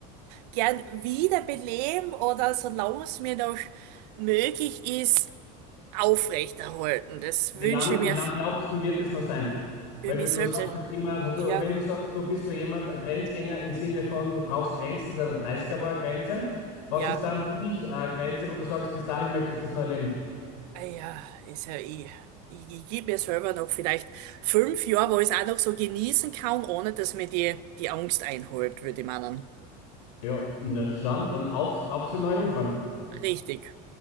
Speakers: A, on the right; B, on the left.
A: gern wiederbeleben oder solange es mir noch möglich ist, aufrechterhalten. Das
B: Wie
A: wünsche
B: lang,
A: ich mir
B: wie lang
A: f-
B: glaubst du, wird es noch sein?
A: für
B: Weil
A: mich
B: du, du
A: selbst.
B: sagst das immer, du,
A: Ja,
B: wenn du sagst, du bist so jemand, ein Grenzgänger im Sinne von, du brauchst Grenzen, seit der 30 war eine Grenze. Was
A: ja,
B: ist dann für dich eine Grenze, wo du sagst, bis dahin möchtest du das nur erleben?
A: Ah ja, ist ja eh. Ich, ich gebe mir selber noch vielleicht fünf Jahre, wo ich es auch noch so genießen kann, ohne dass mir die, die Angst einholt, würde ich meinen.
B: Ja, na dann, dann auf, auf zu neuen Ufern.
A: Richtig.